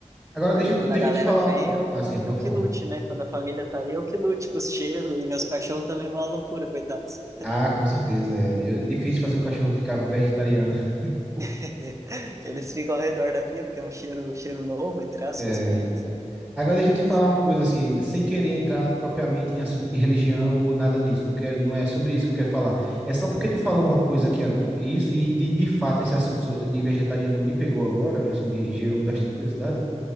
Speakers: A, in the centre; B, on the right.
A: Agora
B: Aí
A: deixa,
B: é quando
A: deixa
B: a galera
A: eu te falar
B: vem,
A: uma coisa.
B: eu,
A: Ah,
B: eu,
A: sim, pode
B: eu que
A: falar.
B: lute, né? Quando a família tá aí, eu que lute com os cheiros. E meus cachorros também vão à loucura, coitados.
A: Ah, com certeza. É Eu- difícil fazer um cachorro ficar vegetariano. <laughs>
B: <laughs> Eles ficam ao redor da pia, porque é um cheiro, cheiro novo, entre aspas,
A: É.
B: para eles, né?
A: Agora deixa eu te
B: Mas-
A: falar uma coisa assim, sem querer entrar propriamente em assunto de religião ou nada disso. Não quero, não é sobre isso que eu quero falar. É só porque
B: Uhum,
A: tu falou uma coisa aqui, ag- isso, e de, de fato esse assunto so- de vegetariano me pegou agora, assim, me gerou bastante curiosidade.